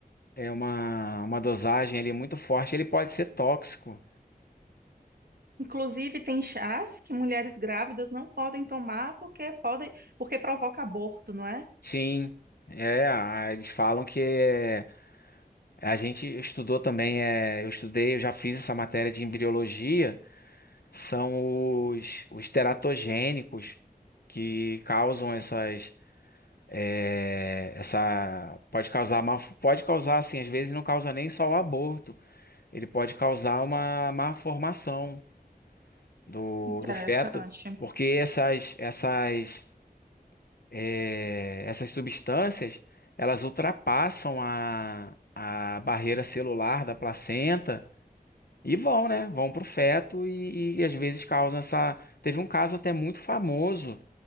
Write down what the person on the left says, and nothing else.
é uma, uma dosagem ali muito forte, ele pode ser tóxico.
Sim, é, a- eles falam que é, a gente estudou também, é, eu estudei, eu já fiz essa matéria de embriologia, são os, os teratogênicos que causam essas É, essa pode causar má, pode causar assim, às vezes não causa nem só o aborto, ele pode causar uma má formação do,
do feto, porque essas essas é, essas substâncias elas ultrapassam a, a barreira celular da placenta e vão, né? Vão para o feto e, e às vezes causam essa. Teve um caso até muito famoso,